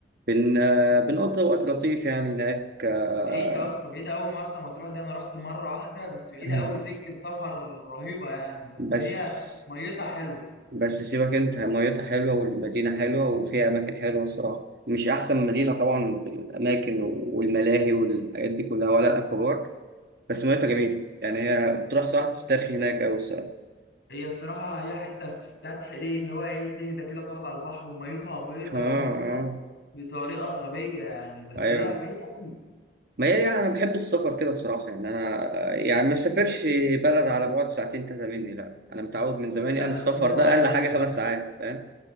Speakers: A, on the right (about 55°); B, on the left (about 60°).
A: بن آه، بنقضي وقت لطيف يعني هناك آه،
B: بعيدة يا اسطى بعيدة قوي مرسى مطروح دي انا رحت مرة واحدة بس بعيدة
A: <clears throat>
B: قوي سكة سفر رهيبة يعني بس
A: بس
B: هي ميتها حلوة
A: بس سيبك انت ميتها حلوة والمدينة حلوة وفيها أماكن حلوة الصراحة مش أحسن مدينة طبعا في الأماكن والملاهي والحاجات دي كلها ولا الأكوابارك بس ميتها جميلة يعني هي بتروح صراحة تسترخي هناك أوي الصراحة
B: هي الصراحة هي حتة بتاعت حقيقي اللي هو إيه تهدى كده وتقعد على البحر وميتها بيضة
A: آه آه
B: صافية بطريقة غبية يعني بس
A: أيوه
B: هي بعيدة أوي
A: ما هي يعني أنا بحب السفر كده الصراحة يعني أنا يعني ما سافرش بلد على بعد ساعتين تلاتة مني لأ أنا متعود من زمان يعني
B: لا بس
A: السفر
B: هي
A: ده
B: عائلية
A: أقل حاجة خمس ساعات فاهم؟